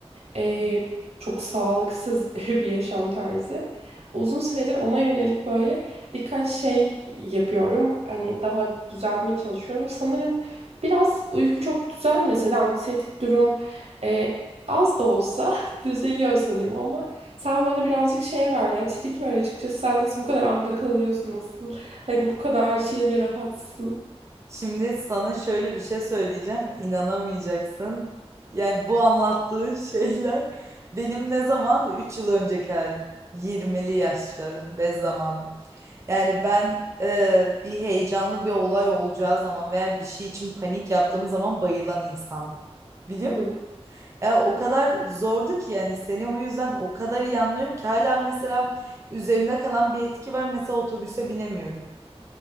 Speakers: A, on the right (about 80°); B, on the right (about 25°).
A: Ee, çok sağlıksız <laughs> bir yaşam tarzı. Uzun süredir ona yönelik böyle birkaç şey yapıyorum. Hani daha düzeltmeye çalışıyorum. Sanırım biraz uyku çok düzelmese de anksiyetik durum e, az da olsa <laughs> düzeliyor sanırım ama sen bana birazcık şey ver ya trik ver açıkçası sen nasıl bu kadar anda kalıyorsun nasıl hani bu kadar chill ve rahatsın.
B: Şimdi sana şöyle bir şey söyleyeceğim, inanamayacaksın. Yani bu anlattığın <laughs> şeyler benim ne zaman 3 yıl önceki halim. yirmili yaşlarım ve zamanım. Yani ben e, bir heyecanlı bir olay olacağı zaman veya bir şey için panik yaptığım zaman bayılan insandım. Biliyor
A: Hı hı.
B: musun? Ya o kadar zordu ki yani seni o yüzden o kadar iyi anlıyorum ki hala mesela üzerimde kalan bir etki var. Mesela otobüse binemiyorum.